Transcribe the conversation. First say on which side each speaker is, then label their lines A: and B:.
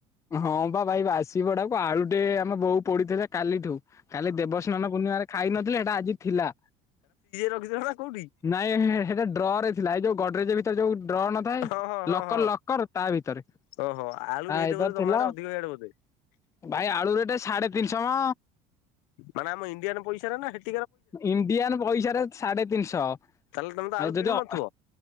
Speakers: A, on the left (about 20°); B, on the left (about 80°).
A: ବୋଉ ହଁ ବା ଭାଇ ବାସି ପୋଡାକୁ ଆଳୁ ଟେ ଆମ ବୋଉ ପଡିଥିଲା କାଲିଠୁ। କାଲି ଦେବସ୍ନାନ ପୂର୍ଣ୍ଣିମାରେ ଖାଇ ନଥିଲେ ହେଟା ଆଜି ଥିଲା।
B: ଓଡ଼ିଶା ବାହାରେ ନାଁ କଉଠି?
A: ନାଇଁ ହେ ହେଟା ଡ୍ର ରେ ଥିଲା ଏଇ ଯୋଉ ଗଡ୍ରେଜ ଭିତରେ ଯୋଉ ଡ୍ର ନଥାଏ
B: ହଁ ହଁ ହଁ
A: ଲକର
B: ହଁ।
A: ଲକର ତା ଭିତ ତରେ।
B: ଓହୋ ଆଳୁ
A: ଆ
B: ରେଟ୍
A: ଏଥର
B: ବୋଧେ ତମ
A: ଥିଲା
B: ଆଡେ ଅଧିକ ଇଆଡେ ବୋଧେ
A: ଭାଇ ଆଳୁ ରେଟ ସାଢେ ତିନିଶହ ମ
B: ମାନେ ଆମ ଇଣ୍ଡିଆନ ରେ ପଇସା ନା ହେଟି
A: ଇଣ୍ଡିଆନ ପଇସାରେ ସାଢେ ତିନିଶହ
B: ତାହେଲେ ତମେ ତ
A: ଆଉ
B: ଆଳୁ
A: ଯଦି
B: କିଣୁନଥିବ
A: ଅ